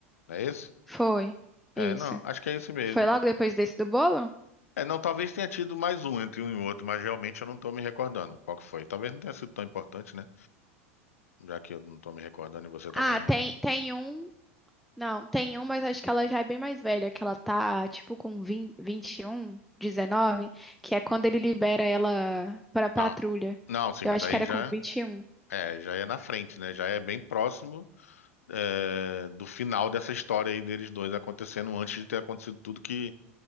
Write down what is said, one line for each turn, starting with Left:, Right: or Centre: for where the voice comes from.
Left: Não é esse?
Centre: Foi.
Left: É,
Centre: Isso.
Left: não, acho que é esse mesmo.
Centre: Foi logo depois desse do bolo?
Left: É, não, talvez tenha tido mais um entre um e outro, mas realmente eu não tô me recordando qual que foi. Talvez não tenha sido tão importante, né? Já que eu não tô me recordando e você também
Centre: Ah,
Left: não.
Centre: tem, tem um. Não, tem um, mas acho que ela já é bem mais velha, que ela tá, tipo, com vinte vinte e um, 19, que é quando ele libera ela pra patrulha.
Left: Não, não, sim,
Centre: Eu
Left: mas
Centre: acho
Left: aí
Centre: que era
Left: já
Centre: com vinte e um.
Left: é, já é na frente, né? Já é bem próximo é, do final dessa história aí deles dois acontecendo antes de ter acontecido tudo que,